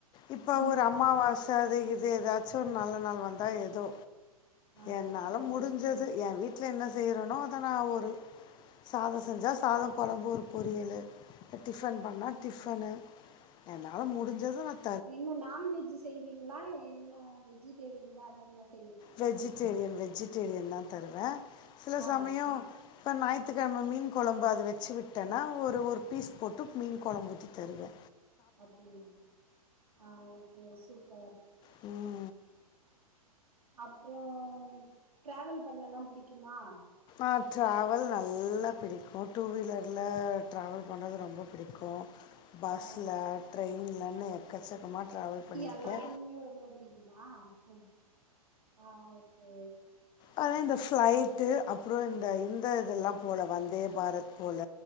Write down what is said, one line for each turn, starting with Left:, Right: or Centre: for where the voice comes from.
Left: இப்போ
Right: ம்
Left: ஒரு அம்மாவாச
Right: சரி
Left: அது இது ஏதாச்சு ஒரு நல்ல நாள் வந்தா எதோ
Right: ஆ
Left: என்னால
Right: ஓகே
Left: முடிஞ்சது எ வீட் வீட்ல என்ன செய்றனோ அத நா ஒரு சாதோ செஞ்சா சாதோ கொழம்பு ஒரு பொரியலு டிஃபன் பண்ணா டிஃபனு என்னால முடிஞ்சத வச்
Right: என்ன நான்வெஜ் செய்வீங்களா என்ன வெஜிடேரியன் தா அதிகமா செய்
Left: வெஜிடேரியன் வெஜிடேரியன் தா தருவே சில
Right: ஆ
Left: சமயோ இப்ப ஞாயி்த்துகெழம மீன் கொழம்பு அது வச்சு விட்டேன்னா ஒரு ஒரு பீஸ் போட்டு மீன் கொழம்பு ஊத்தி தருவே
Right: அப்படி ஆ ஓகே சூப்பர்
Left: உ
Right: அப்றோம் ட்ராவல் பண்ணலா பிடிக்குமா
Left: ஆ ட்ராவல் நல்லா பிடிக்கு டூ வீலர்ல ட்ராவல் பண்ணுறது ரொம்ப பிடிக்கு பஸ்ல
Right: ஆ
Left: ட்ரெயின்லனு எக்கச்சக்கமா ட்ராவல் பண்ணிருக்கே
Right: எல்லாத்துலயுமே ரொம்ப புடிக்குமா ஒ ஆ ஓகே
Left: அத இந்த பிளைடு அப்புறோ இந்த இந்த இதெல்லா போல வந்தே பாரத் போல